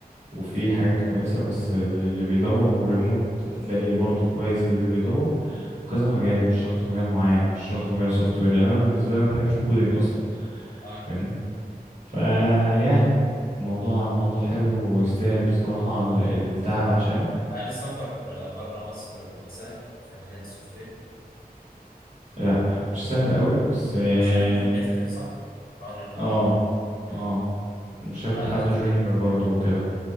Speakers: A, on the right; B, on the left.
A: وفيه حاجات كويسة بس للي بيدور وريموت هتلاقي برضو كويس للي بيدور وكذا مجال مش شرط مجال معين مش شرط مجال سوفت وير يعني انا بالنسبة لي أنا ما بحبش الكودينج اصلا
B: آه.
A: فاهمني فيعني الموضوع الموضوع حلو ويستاهل بصراحة ال- التعب عشانه
B: طب هل السفر بره مصر بيبقى سهل في مجال السوفت وير
A: لا مش سهل قوي بس اه
B: عشان الكومبيتيتيف صح؟ حوار ال...
A: اه
B: مم.
A: آه. مش
B: والعدد
A: هاخد حد
B: الكبير
A: جونيور
B: برضه
A: برضو
B: كده
A: وكده